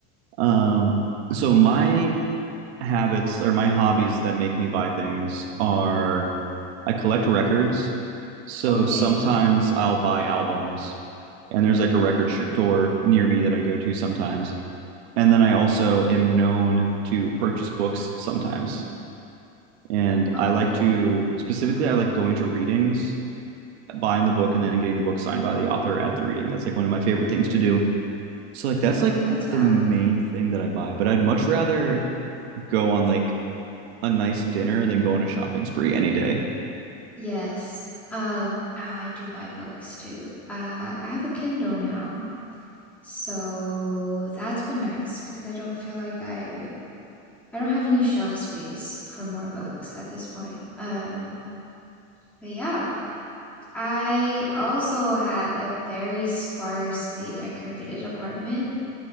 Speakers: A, on the right; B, in the centre.
A: Um, so my habits or my hobbies that make me buy things are I collect records. So
B: okay,
A: sometimes I'll buy albums, and there's like a record store near me that I go to sometimes. And then I also am known to purchase books sometimes. And
B: okay.
A: I like to specifically, I like going to readings, buying the book, and then getting the book signed by the author at the reading. That's like one of my favorite things to do. So, like, that's
B: No,
A: like
B: that's valid.
A: the main thing that I buy. But I'd much rather go on like a nice dinner than go on a shopping spree any day.
B: Yes. Um, oh, I do buy books too. Uh, I have a Kindle now. So that's been nice because I don't feel like I I don't have any shelf space for more books at this point. Um, but yeah, I also had a very sparsely decorated apartment